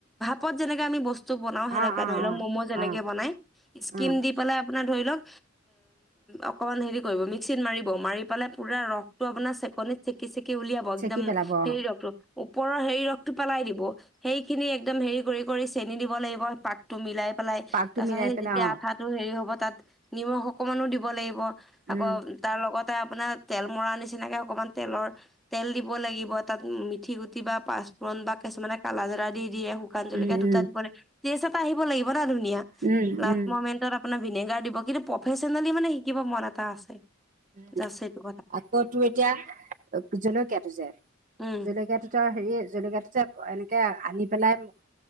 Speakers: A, in the centre; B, on the right (about 40°).
A: ভ যেনাকা বস্ত বনাও সেনেকে
B: অ অ
A: ধৰিলৌক মম যেনেকে
B: অ অ
A: বনাই স্কীম
B: অ
A: দি পেলাই আপোনাৰ <unintelligible> ধৰি লওঁক, অকণমান হেৰি কৰিব মিক্সি ত মাৰিব মাৰি পেলাই পোৰা ৰখ তো আপোনাৰ চেক <unintelligible> নিত চেকি-চেকি উলিয়াব। একদম
B: চেকি পেলাব অ
A: হেৰি ৰ ওপৰৰ হেৰি ৰসটো পেলাই দিব, সেইখিনি একদম হেৰি কৰি-কৰি চেনি দিব লাগিব পাতটো মিলাই। পেলাই
B: পাকটো
A: তাৰ পাছত
B: মিলাই
A: সেই
B: পেলাই
A: যেতিয়া
B: অ
A: আঠাটো হেৰি হ'ব তাত নিমখ অকমানো দিব লাগিব।
B: উম,
A: আকৌ তাৰ লগত আপোনাৰ তেল মৰা নিচিনাকে অকমান তেলৰ তেল দিব লাগিব, তাত মিঠি গুটি বা প <unintelligible> পূৰন বা কিছুমানে কালাজীৰা দি <unintelligible> শুকান জ্বলকিয়া
B: উম, উম,
A: দুটা দিব লাগিব। টেষ্ট এটা আহিব লাগিব নহ ধুনিয়া।
B: উম,
A: লাষ্ট
B: উম,
A: মৌমেণ্টত আপ <unintelligible> আপোনাৰ ভিনেগাৰ দিব। কিন্তু, প্ৰফেচনেলি মানে শিকিব মন এটা আছে
B: উম,
A: আছেটো। <unintelligible>
B: আকৌ তোৰ এতিয়া জলকীয়াটো যে,
A: উম
B: জলেকীয়া দুটা হেৰি জেলেকীয়া দুটা এনেকে আনি পেলাই মই,